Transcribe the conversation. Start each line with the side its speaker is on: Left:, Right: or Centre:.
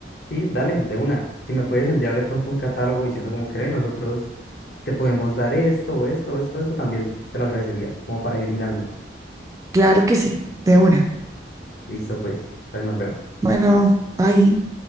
Left: sí, dale, de una. Si me puedes enviar de pronto un catálogo diciendo como que "Ve, nosotros te podemos dar esto, esto, esto, esto, también te lo agradecería, como para ir mirando.
Right: Claro que sí, de una.
Left: Listo, pues, entonces nos vemos.
Right: Bueno, bye.